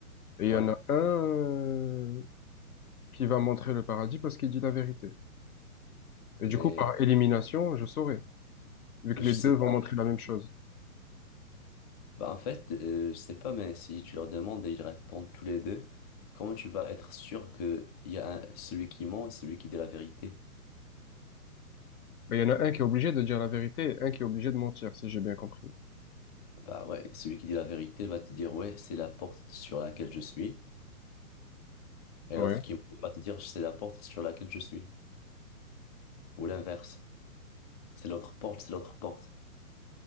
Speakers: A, on the left; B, on the left.
A: et
B: Ouais,
A: il y en a un euh, qui va montrer le paradis parce qu'il dit la vérité. Et
B: mais...
A: du coup, par élimination, je saurai. vu que
B: Mais
A: les
B: tu sais
A: deux vont
B: pas.
A: montrer la même chose.
B: Bah en fait, euh, je sais pas, mais si tu leur demandes et ils répondent tous les deux, comment tu vas être sûr que il y a un- celui qui ment et celui qui dit la vérité?
A: Mais il y en a un qui est obligé de dire la vérité et un qui est obligé de mentir, si j'ai bien compris.
B: Bah ouais, celui qui dit la vérité va te dire ouais, c'est la porte sur laquelle je suis, et
A: Ouais.
B: l'autre qui ment va te dire c'est la porte sur laquelle je suis, ou l'inverse, c'est l'autre porte, c'est l'autre porte.